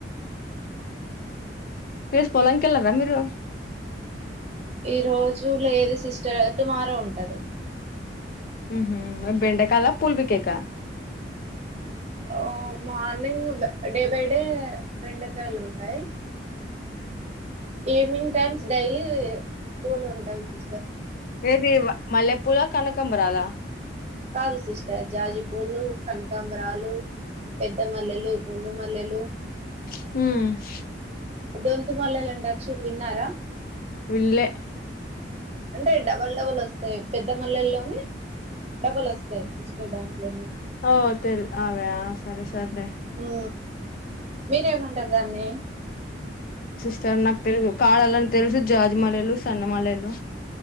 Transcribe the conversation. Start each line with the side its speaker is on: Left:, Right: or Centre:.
Left: వేసుపోలాంకెళ్ళరా మీరు?
Right: ఈ రోజు లేదు సిస్టర్ టుమారో ఉంటది.
Left: ఉహు బెండకాల పూల్ బి కేకా
Right: ఓ మార్నింగ్ డే బై డే బెండకాయలు ఉంటాయి. ఈవినింగ్ టైమ్స్ డైలీ పూలు ఉంటాయి సి
Left: ఏది మల్లెపూలా, కనకంబరాల
Right: కాదు సిస్టర్ జాజిపూలు, కనకాంబరాలు పెద్ద మల్లెలు, గుండు మల్లెలు
Left: హ
Right: దొంతు మల్లలంటారు చూడు విన్నారా?
Left: వీళ్ళే
Right: అంటే డబల్ డబుల్ వస్తాయి పెద్ద మల్లెల్లోని డబల్ వస్తాయి సిస్టర్ దాంట్లోనే
Left: ఓ తెల్ అవే సరే సర్లే
Right: ఉ మీరేమంటారు దాన్ని?
Left: సర్ నాకు తెలుసు కాడాలని తెలుసు జాజిమల్లెలు, సన్నమల్లెలు